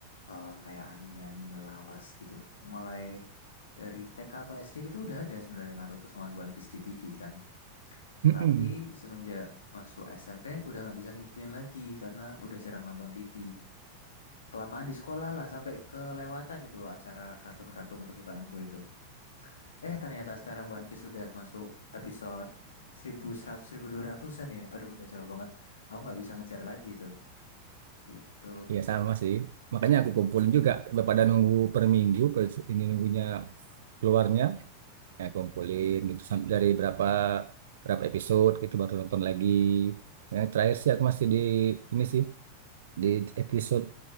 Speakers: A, on the left; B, on the right.
A: eh, kayak anime-anime lawas gitu. Mulai dari TK atau SD gitu udah ada sebenarnya Naruto sama One Piece di TV kan.
B: <clears throat>
A: Tapi semenjak masuk SMP udah nggak bisa ngikutin lagi karena udah jarang nonton TV. Kelamaan di sekolah lah sampai kelewatan itu acara kartun-kartun kesukaan gue itu. Eh ternyata sekarang One Piece udah masuk episode 1100 dua ratusan ya. Aduh udah jauh banget. Aku nggak bisa ngejar lagi itu. Gitu.
B: Iya sama sih. Makanya aku kumpulin juga daripada nunggu per minggu per ini nunggunya keluarnya ya kumpulin gitu sam- dari berapa berapa episode gitu baru nonton lagi. Ya, terakhir sih aku masih di ini sih di episode